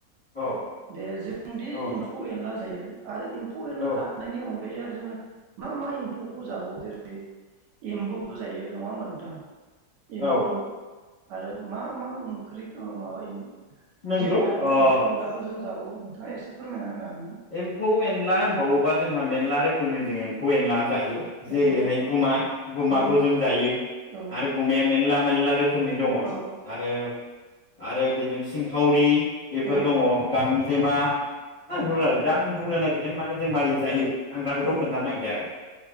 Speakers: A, on the left; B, on the right.
A: औ
B: दे जोंदि
A: औ नोंथां
B: एम्फौ एनला जायो आरो इउ एमफौ एनला
A: औ
B: जानायनि अन बै आरो जोङो मा मा एम्फौखौ जाबावो जेरै एम्बौखौ जायो नङा होमबा नोंथां एमबौ
A: औ
B: आरो मा मा ओंख्रि ओं माबायोेि
A: नंगौ
B: जिर एबा
A: ओ
B: एमफौ एनलाखौ जों जाबावौ नोंथाङा एसे फोरमायना होना
A: एम्फौ एनला होन बावबाज जोंहा मेरला रोखोम जों एफौ एनला जायो जेरैहाय
B: ओ जेरै
A: गुमा गुमाखौ
B: औ
A: जों जायो
B: औ
A: आरो गुमाया मेलला मे ल ला रोखोम रोखोमनि दङ
B: औ
A: आरो आरो बेजों सिंखावरि बेफोर
B: औ
A: दङ गां जेमा औ रलाय आं बुंनो नागिरदों नों मानो जों मारौ जायो आं दा बेखौ
B: औ
A: खोन्थानो नागिरदों आरो